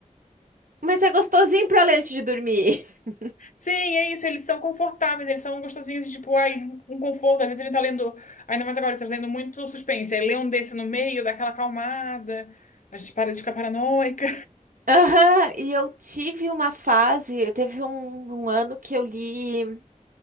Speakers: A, on the right (about 80°); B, on the left (about 65°).
A: mas é gostosinho pra ler antes de dormir. <laughs>
B: sim, é isso. Eles são confortáveis, eles são gostosinhos, tipo, ai, um conforto. Às vezes a gente tá lendo, ainda mais agora, ele tá lendo muito suspense. Aí lê um desse no meio, dá aquela acalmada, a gente para de ficar paranoica.
A: Aham, e eu tive uma fase, eu teve um, um ano que eu li